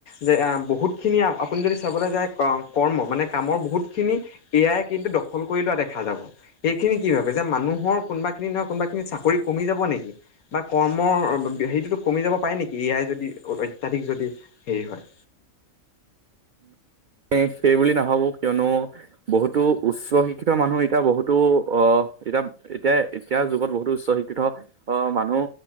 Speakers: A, on the left; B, on the right.
A: যে বহুতখিনি আপুনি যদি চাবলৈ যায় কৰ্ম মানে কামৰ বহুতখিনি। এয়াই কিন্তু দখল। কৰি লোৱা দেখা যাব স। খিনি কি ভাবে যে মানুৰ কোনোবা খিনিনহয় কোনোবা। চাকৰি কমি যাব নেকি? বা কৰ্মৰ হেটো। কমি যাব পাৰে নেকি ইয়াই যদি অত্যাধিক যদি হেৰি হয়।
B: এ সেই বুলি নাভাবো কিয়নো। বহুতো উচ্চ শিক্ষিত মানুহ। এতিয়া বহুতো অহ এতিয়া এতিয়া এতিয়াৰ যুগত বহুতো উচ্চ শিক্ষিত মানুহ